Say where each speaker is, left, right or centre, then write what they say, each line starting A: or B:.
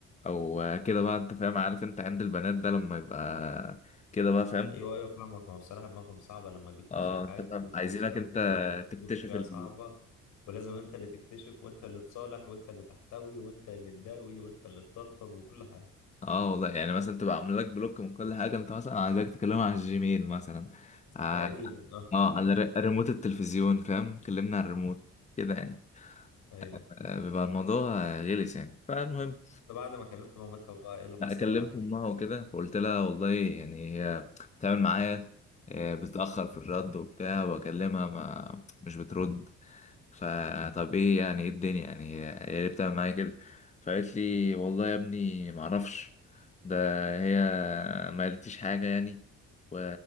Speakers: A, on the left; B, on the left.
A: او كده بقى انت فاهم عارف انت عند البنات ده لما يبقى كده بقى فاهم
B: ايوه ايوه فاهمك ما هو بصراحه دماغهم صعبه لما بيقفشوا
A: اه
B: في حاجه
A: انت فاهم
B: او
A: عايزينك
B: بيوصلوا
A: انت
B: كده بينفذوا
A: تكتشف
B: بطريقه
A: ال...
B: صعبه ولازم انت اللي تكتشف وانت اللي تصالح وانت اللي تحتوي وانت اللي تداوي وانت اللي تطبطب وكل حاجه
A: اه والله يعني مثلا تبقى عامل لك بلوك من كل حاجه انت مثلا عايزك تكلمها على الجيميل مثلا ع-
B: تقريبا اه
A: اه على ر- ريموت التلفزيون فاهم كلمنا على الريموت كده يعني
B: ايوه
A: آه، بيبقى الموضوع آه، غلس يعني فالمهم
B: ده بعد ما كلمت مامتها بقى ايه اللي حصل
A: لا كلمت
B: بقى احكي
A: امها
B: لي.
A: وكده فقلت لها والله يعني هي بتعمل معايا آه، بتتاخر في الرد وبتاع واكلمها ما مش بترد فطب ايه يعني ايه الدنيا يعني هي هي ليه بتعمل معايا كده فقالت لي والله يا ابني ما اعرفش ده هي ما قالتليش حاجه يعني و...